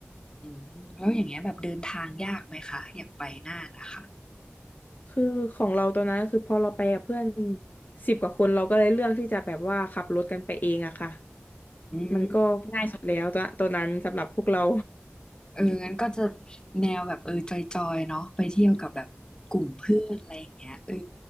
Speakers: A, on the left (about 20°); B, on the left (about 45°).
A: อืมแล้วอย่างเงี้ยแบบเดินทางยากไหมคะอย่างไปน่านนะคะ
B: คือของเราตอนนั้นก็คือพอเราไปกับเพื่อนสิบกว่าคนเราก็เลยเลือกที่จะแบบว่าขับรถกันไปเองอะค่ะ
A: อืม
B: มันก็ง่ายสุดแล้วตอนตอนนั้นสำหรับพวกเรา
A: เอองั้นก็จะแนวแบบเออจอยๆเนาะไปเที่ยวกับแบบกลุ่มเพื่อนอะไรอย่างเงี้ยเออ